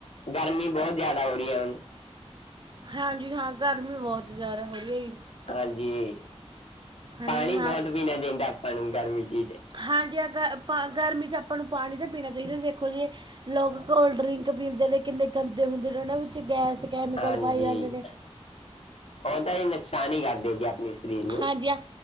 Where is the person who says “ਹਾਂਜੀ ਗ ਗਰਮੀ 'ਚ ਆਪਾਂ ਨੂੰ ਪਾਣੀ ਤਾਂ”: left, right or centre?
Right